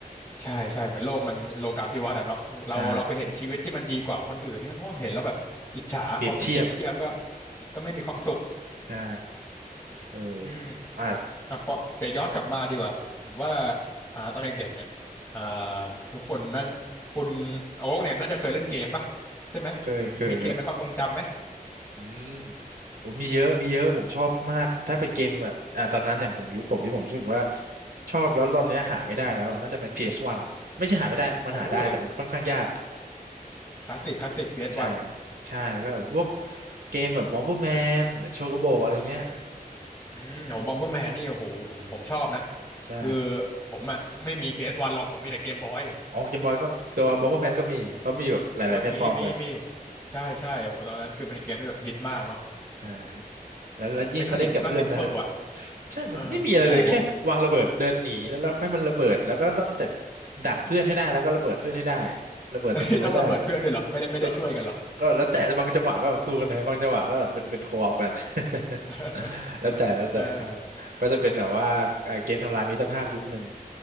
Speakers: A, on the left (about 15°); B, on the right (about 85°).
A: ใช่ใช่เหมือนโลกมันโลกาภิวัตน์อะเนาะเราเราไปเห็นชีวิตที่มันดีกว่าของคนอื่นเนี่ยเพราะว่าเห็นแล้วแบบอิจฉาพอไปเปรียบเทียบก็
B: ใช่เปรียบเทียบ
A: ก็ไม่มีความสุข
B: ใช่เออ
A: อืม
B: อ่า
A: อ่ะเพราะเดี๋ยวย้อนกลับมาดีกว่าผมว่าอ่าตอนเด็กๆเนี่ยอ่าทุกคนน่าคุณโอ๊กเนี่ยน่าจะเคยเล่นเกมป่ะใช่ไหม
B: เคยเคยครับ
A: มีเกมในความทรงจำไหม
B: อืมโอ้ยมีเยอะมีเยอะผมชอบมากถ้าเป็นเกมแบบอ่าตอนนั้นอย่างผมยุคผมที่ผมรู้สึกว่าชอบแล้วตอนเนี้ยหาไม่ได้แล้วน่าจะเป็นพีเอสวันไม่ใช่หาไม่ได้มันหาได้แต่มันค่อนข้างยาก
A: โอ้ยคลาสสิกคลาสสิก PS1
B: ใช่ครับใช่ก็แบบพวก
A: อสวัน
B: เกมแบบบอมเบอร์แมนโชโกโบอะไรเงี้ย
A: อืมอืมโอ้บอมเบอร์แมนนี่โอ้โหผมผมชอบนะ
B: ใช่
A: คือผมอ่ะไม่มี PS1 หรอกผมมีแต่เกมบอย
B: ออกเกมบอยก็ตัวบอมเบอร์แมนก็มีเขามีแบบหลายๆแพลตฟอร์มเลย
A: โอ้ยมีมีมีใช่ใช่โอ้โหตอนนั้นคือเป็นเกมที่แบบฮิตมากเนาะ
B: ใช่แล้วแล้วยิ่งมาเล่นกับเพื่อนนะฮะ
A: เมคานิกมันก็ซิมเปิลอ่ะ
B: ใช่มันไม่มีอะไรเลยแค่วางระเบิดเดินหนีแล้วแล้วให้มันระเบิดแล้วก็ต้องจัด
A: เออโอ้โห
B: ดักเพื่อนให้ได้แล้วก็ระเบิดเพื่อนให้ได้ระเบิดศัตรูให้ได้
A: <laughs> ต้องระเบิดเพื่อนด้วยเหรอไม่ได้ไม่ได้ช่วยกันเหรอ
B: ก็ก็แล้วแต่บางจังหวะก็แบบสู้กันนะบางจังหวะก็แบบเป็นเป็นโคออกัน
A: <laughs>
B: <laughs> แล้วแต่แล้วแต่แล้ว
A: เออ
B: ก็จะเป็นแบบว่าเอ่อเกมทำลายมิตรภาพยุคหนึ่ง